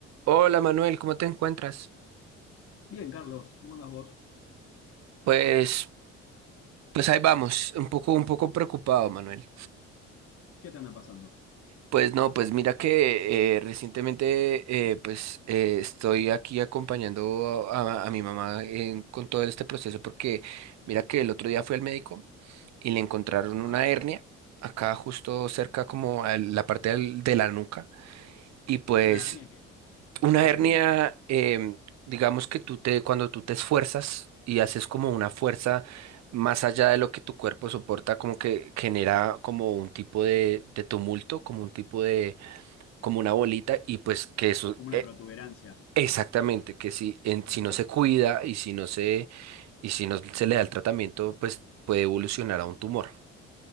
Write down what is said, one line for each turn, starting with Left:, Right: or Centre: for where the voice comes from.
Right: Hola Manuel, ¿cómo te encuentras?
Left: Bien, Carlos, ¿cómo andas vos?
Right: Pues, pues ahí vamos, un poco, un poco preocupado, Manuel.
Left: ¿Qué te anda pasando?
Right: Pues no, pues mira que eh, recientemente eh, pues eh, estoy aquí acompañando a, a- a mi mamá en- con todo este proceso porque mira que el otro día fui al médico y le encontraron
Left: Ajá.
Right: una hernia acá justo cerca como a la parte del- de la nuca y pues
Left: ¿Una hernia qué es?
Right: Una
Left: ¿Qué es
Right: hernia,
Left: una hernia?
Right: em, digamos que tú te, cuando tú te esfuerzas y haces como una fuerza más allá de lo que tu cuerpo soporta, como que genera como un tipo de, de tumulto, como un tipo de, como una bolita, y pues que eso,
Left: Como una
Right: e-
Left: protuberancia.
Right: exactamente, que si, en-
Left: Ok.
Right: si no se cuida y si no se, y si no se le da el tratamiento, pues puede evolucionar a un tumor.